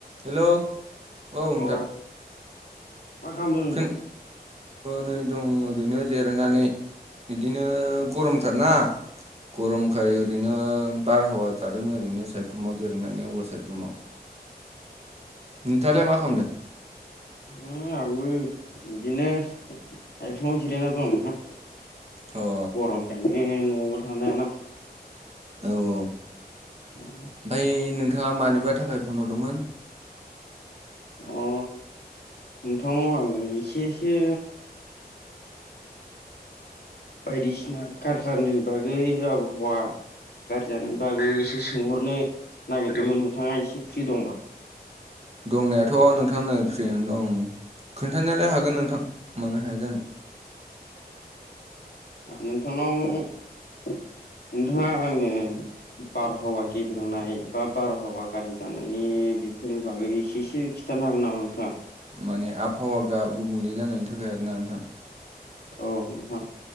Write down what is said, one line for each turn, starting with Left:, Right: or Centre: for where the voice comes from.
Right: Hello औ
Left: अ
Right: नोंथां
Left: मा खालामदों नोंथां?
Right: खोन नै दं ओरैनो जिरायनानै बिदिनो गरमथारना। गरमखाय
Left: अ
Right: ओरैनो। बारहावा जादों ओरैनो सायख्लुमाव जिरैनानैवा सायख्लुमाव। नोंथाङालाय मा खालामदों?
Left: ओ आंबो बिदिनो साइखुमाव जिरायना दं नोंथां।
Right: अ औ
Left: गरमखायनो न'आवबो थानो हायाना।
Right: औ- औ, ओमफ्राय
Left: अ
Right: नोंथाङा मानिबा थाखाय फन हरदोंमोन?
Left: अ नोंथांनाव आं एसेसो बायदिसिना कारखारनि बागै आबहावा गाज्रि जानाय बागैसो सोंहरनो नागिरदोंमोन नोंथाङा एसे फ्रि दंबा।
Right: दंनायाथ' नोंथांनो फ्रिआनो दं खोन्थानायालाय हागोन नोंथां। मानो हाया जानो।
Left: नोंथांनाव नोंथाङा आंनो बारहावा गेब्रेंनाय बा बारहावा गाज्रि जानायनि बेफोरनि बागै एसेसो खिन्थानो हागोन नामा नोंथाङा?
Right: माने आबहावा गा- गुबुंले जानायनि थाखाय आरोना नोंथां।
Left: औ, नोंथां